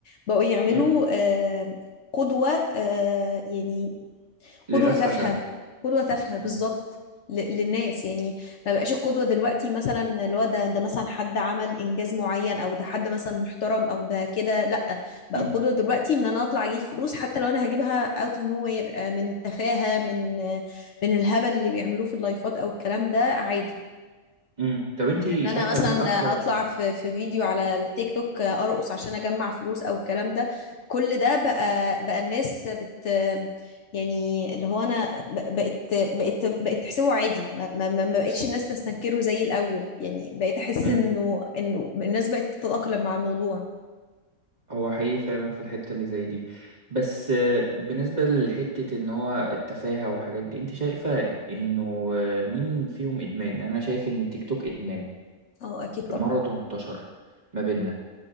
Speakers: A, on the left; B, on the right.
A: بقوا يعملوا
B: م.
A: آه، قدوة آه، يعني
B: لناس
A: قدوة تافهة
B: فشله
A: قدوة تافهة بالظبط
B: م-
A: ل- للناس يعني ما بقاش القدوة دلوقتي مثلا اللي هو ده ده مثلا حد عمل إنجاز معين أو ده حد مثلا محترم أو ده كده لأ بقى
B: م.
A: القدوة دلوقتي إن أنا أطلع أجيب فلوس حتى لو أنا هجيبها out of nowhere آه، من التفاهة من آه، من الهبل اللي بيعملوه في اللايفات أو الكلام ده عادي
B: امم طب انت
A: من ان
B: شايفة
A: انا مثلا
B: مين اكتر
A: اطلع في في فيديو على التيك توك ارقص عشان اجمع فلوس او الكلام ده كل ده بقى بقى الناس بت يعني اللي هو انا ب- بقيت بقيت بقيت تحسبه عادي ما, ما, ما ما بقتش الناس تستنكره زي الاول يعني بقيت احس
B: امم
A: انه انه الناس بقت تتأقلم مع الموضوع
B: هو حقيقي فعلا في الحتة اللي زي دي بس آه، بالنسبة لحتة ان هو التفاهة والحاجات دي انت شايفة انه آه، مين فيهم ادمان يعني انا شايف انه تيك توك ادمان
A: اه اكيد طبعا
B: مرض وانتشر ما بيننا